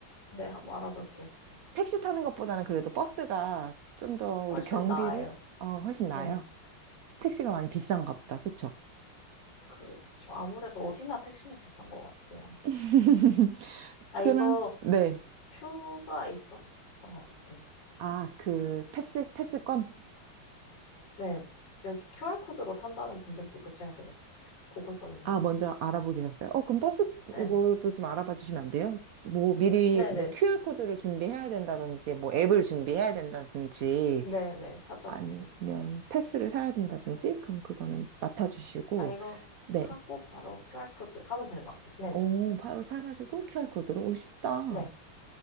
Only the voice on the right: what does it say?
택시 타는 것보다는 그래도 버스가 좀 더 우리
경비를
어, 훨씬
나아요. 택시가 많이 비싼가 보다. 그쵸?
<laughs>
그럼,
네.
아, 그 패스? 패스권?
아, 먼저 알아보게 됐어요. 어, 그럼 버스
이것도 좀 알아봐 주시면 안 돼요? 뭐 미리
뭐 QR코드를 준비해야 된다든지, 뭐 앱을 준비해야 된다든지,
아니면
패스를 사야 된다든지, 그럼 그거는 맡아주시고,
네.
어, 바로 사가지고 QR코드로 오, 쉽다.